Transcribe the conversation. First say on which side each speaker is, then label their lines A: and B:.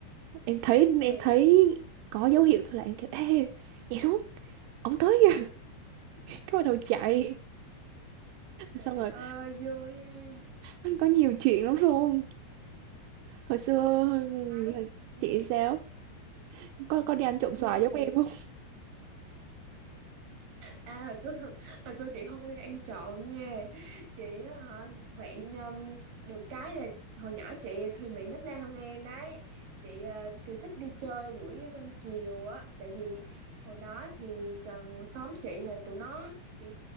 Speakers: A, on the right; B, on the right.
A: em thấy
B: ừ
A: em thấy có dấu hiệu thôi là em kiểu ê nhảy xuống ống tới kìa <laughs> cái bắt đầu chạy
B: trời
A: xong rồi
B: ơi vui ha
A: anh có nhiều chuyện lắm luôn hồi xưa
B: đấy
A: là
B: ừ.
A: chị sao có có đi ăn trộm
B: hồi xưa
A: xoài giống
B: thì
A: em không
B: à hồi xưa <laughs> hồi xưa chị không có ăn trộn nha chị á, hả bạn um, được cái là hồi nhỏ chị thì bị nít na hơn em đấy chị uh, thì thích đi chơi buổi canh chiều á tại vì hồi đó thì gần xóm chị là tụi nó chỉ